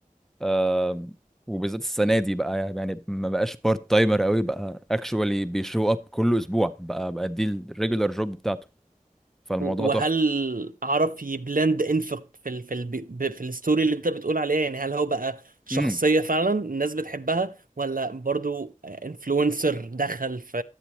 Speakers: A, in the centre; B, on the right.
A: آم، وبالذات السنه دي بقى يعني ما بقاش بارت تايمر قوي بقى اكشوالي بيشو اب كل اسبوع بقى بقى دي الريجولار جوب بتاعته فالموضوع
B: و- وهل
A: تحفه
B: عرف يبلند انفق في ال في ال ب- في الستوري اللي انت بتقول عليها يعني هل هو بقى شخصيه
A: امم
B: فعلا الناس بتحبها ولا برضو انفلونسر دخل في